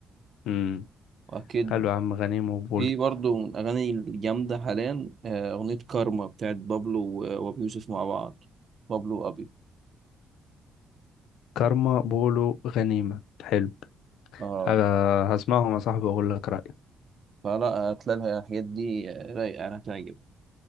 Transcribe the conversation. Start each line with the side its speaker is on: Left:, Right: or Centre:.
Left: مم.
Right: وأكيد
Left: حلو يا عم غنيمة وبولو
Right: في برضه من الأغاني الجامدة حاليا آه، أغنية كارما بتاعت بابلو و- وأبي يوسف مع بعض بابلو وأبي
Left: كارما بولو غنيمة حلو
Right: اه
Left: ه- هسمعهم يا صاحبي واقول لك رأيي
Right: فلا هتلاقي الحاجات دي آه، رايقة أنا هتعجب